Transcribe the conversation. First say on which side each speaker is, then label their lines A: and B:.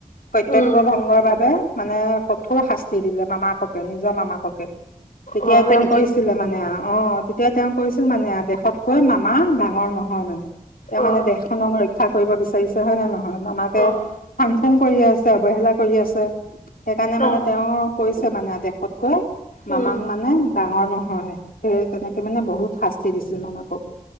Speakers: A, on the left; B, on the left.
A: কৰ্তব্য
B: উম,
A: ভংগৰ বাবে মানে কঠোৰ শাস্তি দিলে মামাককে নিজৰ মামাককে তেতিয়া
B: অ', হয়
A: তেওঁ
B: নেকি?
A: কৈছিলে মানে অ তেতিয়া তেওঁ কৈছিল মানে দেশতকৈ মামা ডাঙৰ নহয় মানে এ মানে
B: অ',
A: দেশখনৰ থা কৰিব বিচ কৰিছে হয় নে নহয় মামাকে
B: অ',
A: ফাং ফুং কৰি আছে অৱহেলা কৰি আছে সেইকাৰণে মানে
B: অ',
A: তেওঁৰ কৈছে মানে দেশতকৈ মামাক
B: উম,
A: মানে ডাঙৰ নহয় স তেনেকে মানে বহুত শাস্তি দিছিল মামাকক